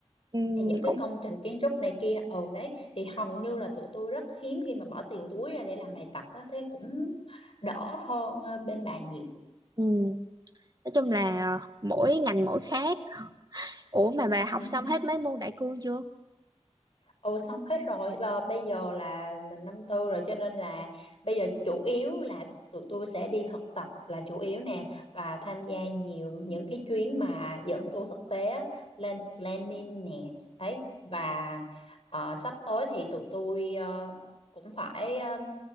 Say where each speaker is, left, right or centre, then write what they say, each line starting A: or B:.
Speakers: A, on the right; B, on the left.
A: ừ,
B: thì những cái
A: cũng
B: công trình kiến trúc này kia ừ đấy thì hầu như là tụi tôi rất hiếm khi mà bỏ tiền túi ra để làm bài tập á, thế cũng đỡ hơn ờ, bên bà nhiều
A: ừ. nói chung là mỗi ngành mỗi khác ủa mà bà học
B: <laughs>
A: xong hết mấy môn đại cương chưa
B: ừ xong hết rồi Ờ, bây giờ là mình năm tư rồi cho nên là bây giờ chủ yếu là tụi tôi sẽ đi thực tập là chủ yếu nè và tham gia nhiều những cái chuyến mà dẫn tour thực tế á, lên planning nè đấy và ờ, sắp tới thì tụi tôi ờ, cũng phải ờ,